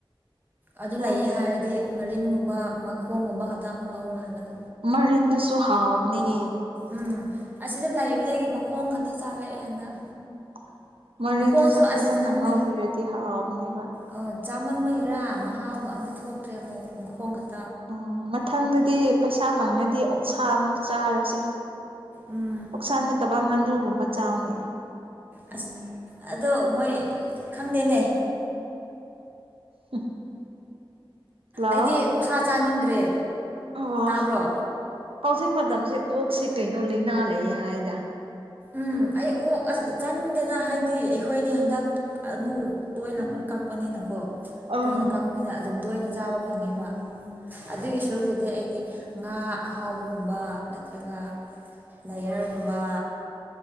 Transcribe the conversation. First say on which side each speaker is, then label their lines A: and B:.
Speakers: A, on the right; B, on the right.
A: ꯑꯗꯨ
B: ꯈꯪꯗꯦ
A: ꯂꯩꯌꯦ ꯍꯥꯏꯔꯗꯤ ꯃꯔꯤꯟꯒꯨꯝꯕ ꯃꯈꯣꯡꯒꯨꯝꯕ ꯈꯛꯇ ꯑꯃꯨꯛ ꯂꯧꯔꯒ ꯍꯜꯂꯛ
B: ꯃꯔꯤꯟꯗꯨꯁꯨ ꯍꯥꯎꯕꯅꯦ ꯍꯦ꯫
A: ꯎꯝ ꯑꯁꯤꯗ ꯂꯩꯕꯗꯒꯤ ꯃꯈꯣꯡ ꯈꯛꯇ ꯆꯥꯔꯛꯑꯦ ꯍꯟꯗꯛ꯫
B: ꯎꯝ ꯃꯔꯤꯟꯗꯨꯁꯨ
A: ꯃꯈꯣꯡꯁꯨ
B: ꯐꯖꯅ
A: ꯑꯁ ꯈꯪꯗꯦ
B: ꯉꯧꯕꯤꯔꯗꯤ ꯍꯥꯎꯕꯅꯦꯕ꯫
A: ꯑꯣ ꯆꯥꯃꯟꯕꯒꯤꯔꯥ ꯃꯍꯥꯎꯒ ꯑꯝꯇ ꯊꯣꯛꯇ꯭ꯔꯦ ꯑꯃꯨꯛ ꯃꯈꯣꯡ ꯈꯛ
B: ꯑꯣ ꯃꯊꯪꯗꯗꯤ ꯄꯩꯁꯥ ꯐꯪꯔꯗꯤ ꯑꯣꯛꯁꯥ ꯑꯃꯨꯛ ꯆꯥꯔꯁꯦ꯫
A: ꯎꯝ
B: ꯑꯣꯛꯁꯥ ꯅꯠꯇꯕ ꯉꯥꯅꯨꯒꯨꯝꯕ ꯆꯥꯎꯅꯦ꯫
A: ꯑꯁ ꯑꯗꯣ ꯃꯣꯏ ꯈꯪꯗꯦꯅꯦ꯫
B: <unintelligible> ꯍꯜꯂꯣ
A: ꯑꯩꯗꯤ ꯑꯣꯛꯁꯥ ꯆꯥꯅꯤꯡꯗ꯭ꯔꯦ
B: ꯑꯣ
A: ꯇꯥꯕ꯭ꯔꯣ꯫
B: ꯍꯧꯖꯤꯛ ꯃꯇꯝꯁꯦ ꯑꯣꯛꯁꯤ ꯀꯩꯅꯣ ꯂꯩꯅꯥ ꯂꯩꯑꯦ ꯍꯥꯏꯗ꯫
A: ꯎꯝ ꯑꯩ ꯑꯣꯛ ꯑꯁ ꯆꯥꯅꯤꯡꯗꯦꯅ ꯍꯥꯏꯕꯗꯤ ꯑꯩꯈꯣꯏꯗꯤ ꯍꯟꯗꯛ ꯑꯃꯨꯛ ꯇꯣꯏꯅ ꯈꯔ ꯀꯛꯄꯅꯤꯅꯀꯣ꯫
B: ꯑꯥ
A: ꯇꯣꯏꯅ ꯀꯛꯄꯅꯤꯅ ꯑꯗꯨꯝ ꯇꯣꯏꯅ ꯆꯥꯕ ꯐꯪꯉꯦꯕ ꯎꯝ ꯑꯗꯨꯒꯤ
B: ꯎꯝ
A: ꯁꯔꯨꯛꯄꯨꯗꯤ ꯑꯩꯗꯤ ꯉꯥ ꯑꯍꯥꯎꯕꯒꯨꯝꯕ ꯅꯠꯇ꯭ꯔꯒ ꯂꯥꯏꯌꯔꯒꯨꯝꯕ
B: ꯎꯝ